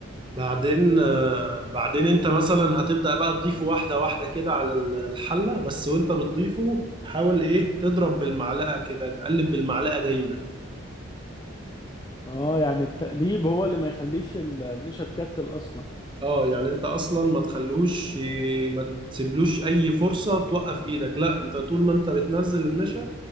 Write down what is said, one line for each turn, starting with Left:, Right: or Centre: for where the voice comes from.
Right: بعدين آه، بعدين انت مثلا هتبدأ بقى تضيفه واحدة واحدة كده على ال- الحلة بس وانت بتضيفه حاول ايه تضرب بالمعلقة كده تقلب بالمعلقة دايما
Left: اه يعني التقليب هو اللي ما يخليش ال- النشا تكتل اصلا
Right: اه يعني انت اصلا ما تخلوش ي- ما تسيبلوش اي فرصة توقف ايدك لا انت طول ما انت بتنزل النشا